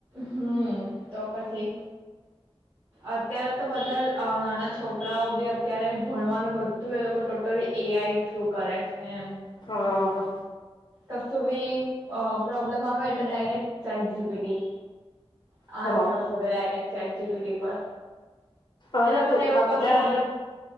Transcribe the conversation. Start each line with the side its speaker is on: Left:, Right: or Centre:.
Right: હમ. તો પછી અત્યારે તો બધા નાના અ છોકરાઓ બી અત્યારે ભણવાનું બધું એ લોકો ટોટલી એ આઈ થ્રુ કરે છે એમ.
Left: હંઅઅ.
Right: કશું બી અ પ્રોબ્લેમ આવે એટલે direct chat G P T. <unintelligible>
Left: હ
Right: સરસો <unintelligible> જી પી ટી પર.
Left: અરે
Right: એ લોકોને
Left: કેટલા
Right: એવું
Left: બધા
Right: કશું અવે